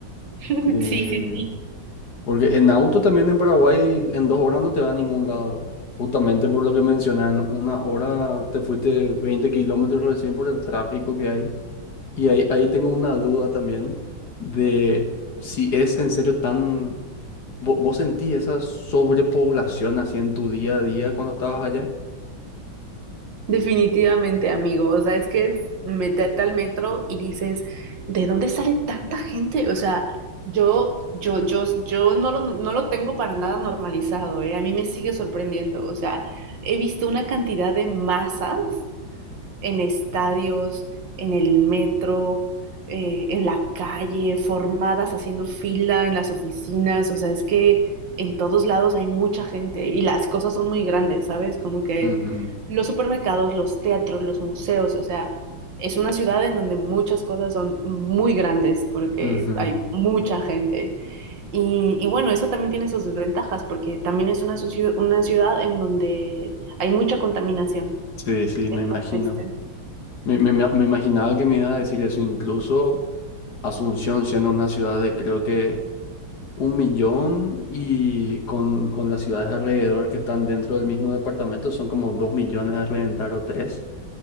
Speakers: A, on the right; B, on the left.
A: <laughs>
B: Eh,
A: Sí, sí, sí.
B: Porque en auto también en Paraguay en dos horas no te va a ningún lado. Justamente por lo que mencionan, una hora te fuiste 20 kilómetros recién por el tráfico que hay. Y ahí, ahí tengo una duda también de si es en serio tan... ¿Vo- ¿Vos sentís esa sobrepoblación así en tu día a día cuando estabas allá?
A: Definitivamente, amigo. O sea, es que es meterte al metro y dices, ¿de dónde sale tanta gente? O sea, yo, yo, yo, yo no lo, no lo tengo para nada normalizado, ¿eh? A mí me sigue sorprendiendo. O sea, he visto una cantidad de masas en estadios, en el metro, eh, en la calle, formadas haciendo fila en las oficinas, o sea, es que en todos lados hay mucha gente y las cosas son muy grandes, ¿sabes? Como que
B: Ujú,
A: los supermercados, los teatros, los museos, o sea, es una ciudad en donde muchas cosas son muy grandes porque
B: ujú.
A: hay mucha gente. Y, y bueno, eso también tiene sus desventajas porque también es una, soci- una ciudad en donde hay mucha contaminación.
B: Sí, sí,
A: Está
B: me imagino.
A: triste.
B: Me, me- me- me imaginaba que me iba a decir eso, incluso Asunción siendo una ciudad de creo que Un millón y con, con las ciudades alrededor que están dentro del mismo departamento son como dos millones a reventar o tres.